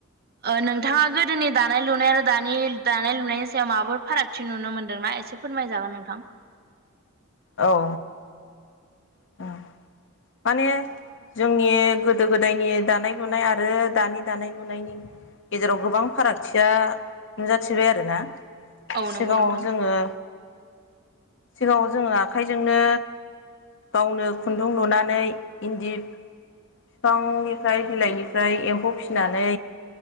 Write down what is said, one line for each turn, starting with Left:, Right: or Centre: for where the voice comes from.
Right: ओ नोंथाङा गोदोनि दानाय लुनाय आरो दानि दानाय लुनायनि सायाव माबाफोर फारागथि नुनो मोन्दोंना एसे फोरमायजागोन नोंथां।
Left: औ <unintelligible> माने जोंनि गोदो गोदायनि दानाय लुनाय आरो दानि दानाय लुनायनि गेजेराव गोबां फारागथिया नुजाथिबाय आरोना।
Right: औ
Left: सिगाङाव
Right: नंगौ नोंथां
Left: जोङो सिगाङाव जोङो आखाइजोंनो गावनो खुन्दुं लुना नै इन्दि बिफांनिफ्राय बिलाइनिफ्राय एम्फौ फिसिनानै